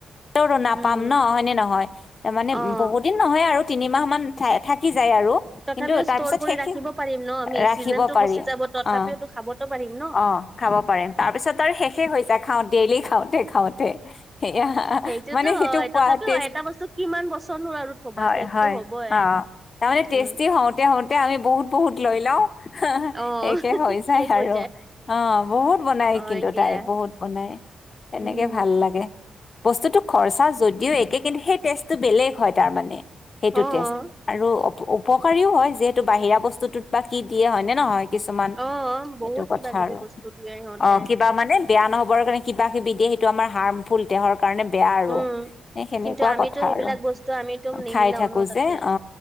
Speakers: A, on the left (about 45°); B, on the right (about 15°).
A: তোৰো নাপাম
B: উম,
A: ন হয়নে নহয় তাৰ মানে
B: অ'।
A: বহু দিন নহয় আৰু তিনিমাহ মান থা থাকি যায় আৰু
B: তথাপিও
A: কিন্তু
B: ষ্ট'ৰ
A: তাৰ পিছত
B: কৰি
A: শেষে
B: ৰাখিব পাৰিম ন আমি
A: ৰাখিব
B: চিজনটো
A: পাৰি
B: গুচি যাব তথাপিওতো
A: অহ
B: খাবতো পাৰিম ন।
A: অহ খাব পাৰিম তাৰপিছত আৰু শেষ। শেষে হৈ যায়, খাওঁ ডেইলি খাওঁ। তে খাওঁতে সেয়া
B: সেইটোতো
A: মানে সেইটো
B: হয়
A: খোৱাটেষ্ট
B: তথাপিও এটা বস্তু কিমান বছৰনো আৰু থবা
A: অহ
B: শেষটো
A: হয়
B: হ'বই।
A: অহ তাৰেমানে টেষ্টি
B: উম,
A: হতে হওঁতে আমি বহুত বহুত লৈ লও
B: অ',
A: সেহ শেষ হৈ যায়
B: শেষ
A: আৰু।
B: হৈ
A: অহ বহুত বনাই
B: হয়
A: কিন্তু
B: দিয়া
A: তাই বহুত বনাই, তেনেকে
B: উম।
A: ভাল লাগে। বস্তুতটো খৰচা যদিও একে কিন্তু সেই টৈষ্টটো বেলেগ হয় তাৰমানে সেইটো
B: অ',
A: টেষ্ট আৰু উপকাৰীও হয় যিহেতু বাহিৰা বস্তুটোত বা কি দিয়ে হয় নে নহয়? কিছুমান
B: অ', বহুত
A: এইটো কথা
B: কিবা কিবি
A: আৰু,
B: বস্তু দিয়ে সিহঁতে
A: অ কিবা মানে বেয়া নহবৰ কাৰণে কি- কিবা কিবি দিয়ে সেইটো আমাৰ হাৰ্মফুল দেহৰ কাৰণে বেয়া আৰু
B: উম।
A: এ সেনেকুৱা
B: কিন্তু আমিতো
A: কথা
B: সেইবিলাক
A: আৰু।
B: বস্তু আমিতো নিমিলাও
A: খাই থাকো
B: ন তাতে।
A: যে অ